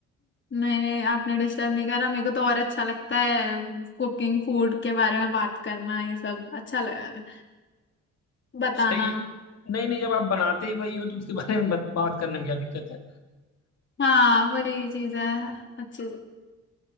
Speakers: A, on the left (about 40°); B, on the left (about 55°).
A: नहीं नहीं आपने डिस्टर्ब नहीं करा मेरे को तो और अच्छा लगता है कुकिंग फूड के बारे में बात करना ये सब अच्छा लगा बताना
B: सही नहीं नहीं जब आप बनाते ही वही हो तो उसके बारे में बत, बात करने में क्या दिक्कत है
A: हाँ वही चीज है अच्छी